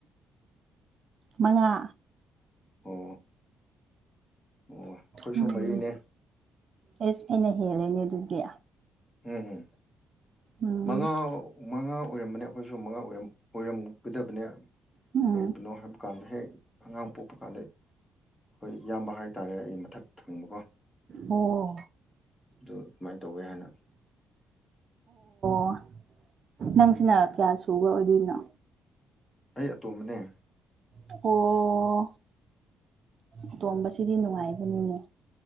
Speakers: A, on the right (about 50°); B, on the left (about 20°).
A: ꯃꯉꯥ
B: ꯑꯣ ꯑꯣ ꯑꯩꯈꯣꯏꯁꯨ
A: ꯎꯝ
B: ꯃꯔꯤꯅꯦ
A: ꯑꯦꯁ ꯑꯩꯅ ꯍꯦꯜꯂꯦꯅꯦ ꯑꯗꯨꯗꯤ
B: ꯎꯝ
A: ꯎꯝ
B: ꯃꯉꯥꯎ ꯃꯉꯥ ꯑꯣꯏꯔꯝꯕꯅꯦ ꯑꯈꯣꯏꯁꯨ ꯃꯉꯥ ꯑꯣꯏꯔꯝ ꯑꯣꯏꯔꯝꯒꯗꯕꯅꯦ
A: ꯎꯝ
B: ꯀꯔꯤꯒꯤꯅꯣ ꯍꯥꯏꯕꯀꯥꯟꯗ ꯍꯦꯛ ꯑꯉꯥꯡ ꯄꯣꯛꯄ ꯀꯥꯟꯗ ꯈꯣꯏ ꯏꯌꯥꯝꯕ ꯍꯥꯏꯇꯥꯔꯦ ꯑꯩ ꯃꯊꯛ ꯊꯪꯕꯀꯣ
A: ꯑꯣ
B: ꯑꯗꯨ ꯑꯗꯨꯃꯥꯏ ꯇꯧꯋꯦ ꯍꯥꯟꯅ
A: <unintelligible> ꯅꯪꯁꯤꯅ ꯀꯌꯥ ꯁꯨꯕ ꯑꯣꯏꯗꯣꯏꯅꯣ
B: ꯑꯩ ꯑꯇꯣꯝꯕꯅꯦ
A: ꯑꯣ ꯑꯇꯣꯝꯕꯁꯤꯗꯤ ꯅꯨꯡꯉꯥꯏꯕꯅꯤꯅꯦ